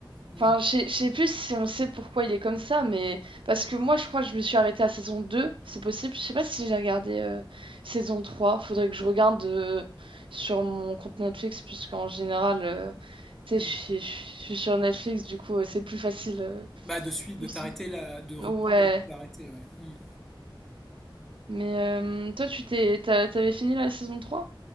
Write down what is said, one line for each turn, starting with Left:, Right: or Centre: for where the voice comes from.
Centre: Hmm,
Right: Enfin, je sais je sais plus si on sait pourquoi il est comme ça, mais parce que moi, je crois que je me suis arrêtée à saison deux c'est possible. Je sais pas si j'ai regardé euh, saison trois Faudrait que je regarde euh, sur mon compte Netflix, puisqu'en général, euh, tu
Centre: hmm.
Right: sais, je suis je suis sur Netflix, du coup, euh, c'est plus facile. euh,
Centre: Bah, de suite,
Right: Donc,
Centre: de t'arrêter
Right: c'est-
Centre: là, de reprendre
Right: Ouais,
Centre: là où tu t'es arrêté, ouais. Hmm.
Right: mais euh, toi, tu t'es, t'as- t'avais fini la saison trois